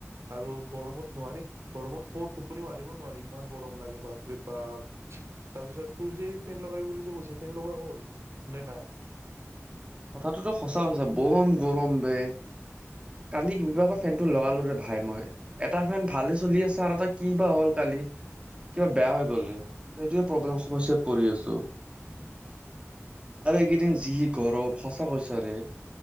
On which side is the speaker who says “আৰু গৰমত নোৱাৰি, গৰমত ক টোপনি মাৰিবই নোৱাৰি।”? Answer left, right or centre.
Right